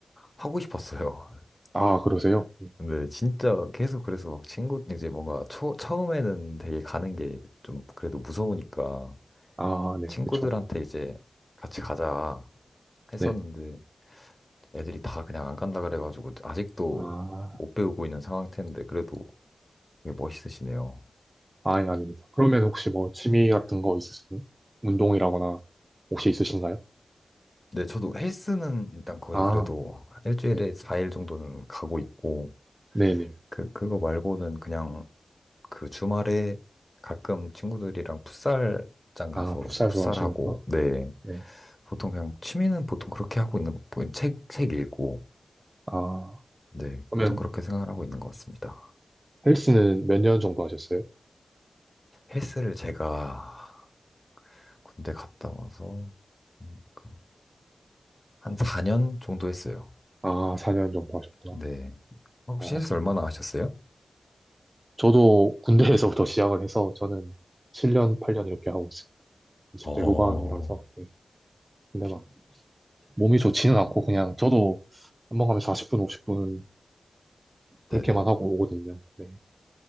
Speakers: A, on the left; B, on the right.
A: 하고 싶었어요.
B: 아, 그러세요?
A: <laughs>
B: 네.
A: 근데 진짜 계속 그래서 막 친구 이제 뭔가 초, 처음에는 되게 가는 게 좀 그래도 무서우니까
B: 아, 네,
A: 친구들한테
B: 그쵸.
A: 이제 같이 가자 했었는데
B: 네.
A: 애들이 다 그냥 안 간다 그래가지고 아직도
B: 아,
A: 못 배우고 있는 상태인데 그래도 되게 멋있으시네요.
B: 아, 예, 아닙니다. 그러면 혹시 뭐, 취미 같은 거 있으세요? 운동이라거나, 혹시 있으신가요?
A: 네, 저도 헬스는 일단 거의
B: 아,
A: 그래도 일주일에
B: 네.
A: 4일 정도는 가고 있고
B: 네네.
A: 그 그거 말고는 그냥 그 주말에 가끔 친구들이랑 풋살장 가서
B: 아, 풋살
A: 풋살하고,
B: 좋아하시는구나.
A: 네.
B: 네.
A: 보통 그냥 취미는 보통 그렇게 하고 있는, 거- 뭐 책, 책 읽고,
B: 아,
A: 네.
B: 그러면
A: 보통 그렇게 생각을 하고 있는 것 같습니다.
B: 헬스는 몇 년 정도 하셨어요?
A: 헬스를 제가 군대 갔다 와서, 그러니까 한 4년 정도 했어요.
B: 아, 4년 정도 하셨구나.
A: 네. 혹시
B: 어,
A: 헬스 얼마나 하셨어요?
B: 저도 군대에서부터 <laughs> 시작을 해서 저는 7년, 8년 이렇게 하고 있어요. 20대
A: 어,
B: 후반이라서. 네. 근데 막 몸이 좋지는 않고 그냥 저도 한 번 가면 40분, 50분 그렇게만
A: 네네.
B: 하고 오거든요. 네.